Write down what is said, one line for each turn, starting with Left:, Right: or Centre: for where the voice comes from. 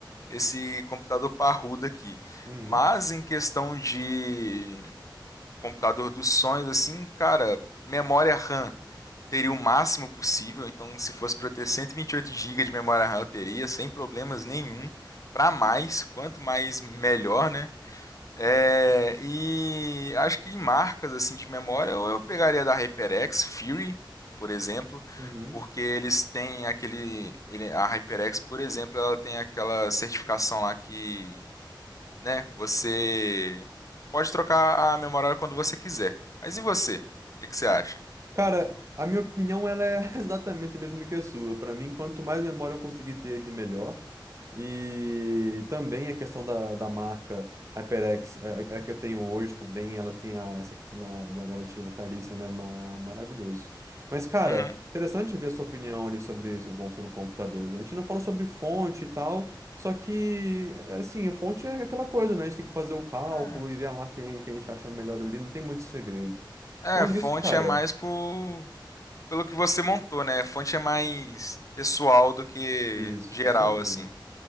Left: esse computador parrudo aqui.
Right: Uhum,
Left: Mas em questão de computador dos sonhos assim, cara, memória RAM teria o máximo possível. Então, se fosse para eu ter 128 GB de memória RAM, eu teria, sem problemas nenhum. Para mais, quanto mais melhor, né? É, e acho que em marcas assim de memória, ou eu pegaria da HyperX, Fury, por exemplo,
Right: uhum.
Left: porque eles têm aquele, ele- a HyperX, por exemplo, ela tem aquela certificação lá que, né, você pode trocar a memória quando você quiser. Mas e você? O que que você acha?
Right: Cara, a minha opinião ela é <laughs> exatamente a mesma que a sua. Para mim, quanto mais memória eu conseguir ter, ele melhor. E também a questão da, da marca HyperX, é, é é que eu tenho hoje também, ela tem a- essa questão da, da garantia vitalícia, né? ma- Maravilhoso. Mas, cara,
Left: Uhum.
Right: interessante ver a sua opinião ali sobre, sobre, com- sobre computadores, né? A gente não falou sobre fonte e tal, só que, é, assim, a fonte é aquela coisa, né? A gente tem que fazer o cálculo
Left: É.
Right: e ver a marca que a gente acha melhor ali, não tem muito segredo.
Left: É,
Right: Não, nisso,
Left: fonte
Right: cara.
Left: é mais por, pelo que você montou, né? Fonte é mais pessoal do que
Right: Isso,
Left: geral,
Right: com certeza.
Left: assim.